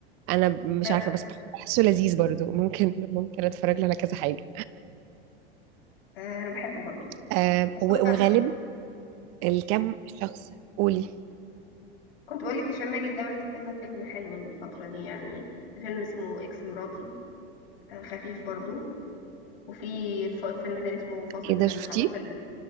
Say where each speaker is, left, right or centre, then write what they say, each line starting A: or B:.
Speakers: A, on the right; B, on the left.
A: انا مش
B: آه،
A: عارفه بس بحب- بحسه لذيذ برضو ممكن ممكن اتفرج له على كذا حاجه
B: آه، انا بحبه برضه
A: آم،
B: بس
A: و-
B: هو
A: وغالب الكم شخص قولي
B: كنت بقول لك هشام ماجد ده عامل كذا فيلم حلو الفتره دي يعني في فيلم اسمه اكس مراتي آه، خفيف برضه وفي ف- فيلم تاني اسمه فاصل
A: ايه
B: من
A: ده شفتيه
B: اللحظات ال...